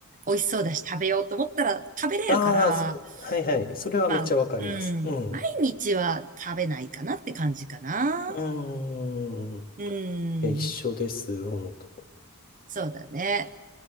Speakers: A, on the right; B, on the left.
A: 美味しそうだし食べようと思ったら食べれるから、
B: ああ、そはいはい。それはめっちゃわかります。
A: まあ、うん。
B: うん。
A: 毎日は食べないかなって感じかな。
B: うーん。
A: うん。
B: いや、一緒です、本当。
A: そうだね。